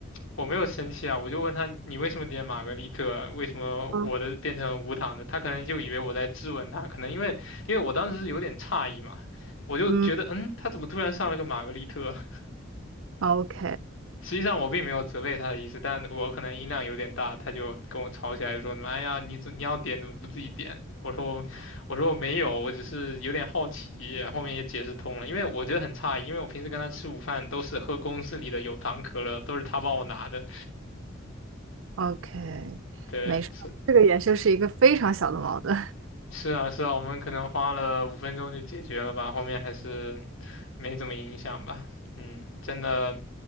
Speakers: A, on the left (about 90°); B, on the right (about 80°).
A: 我没有生气啊，我就问他你为什么点玛格丽特，为什么我的变成无糖的？
B: 嗯
A: 他可能就以为我在质问他，可能因为因为我当时是有点诧异嘛，我就觉得嗯，
B: 嗯
A: 他怎么突然上了个玛格丽特？<laughs>
B: ，OK
A: 实际上我并没有责备他的意思，但我可能音量有点大，他就跟我吵起来说妈哎呀，你怎你要点怎么不自己点？我说我说我没有，我只是有点好奇，后面也解释通了，因为我觉得很诧异，因为我平时跟他吃午饭都是喝公司里的有糖可乐，都是他帮我拿的，
B: OK，
A: 对，
B: 没事儿这个也就是一个非常小的矛盾。
A: 是。
B: <laughs>
A: 是啊，是啊，我们可能花了五分钟就解决了吧，后面还是没怎么影响吧。嗯，真的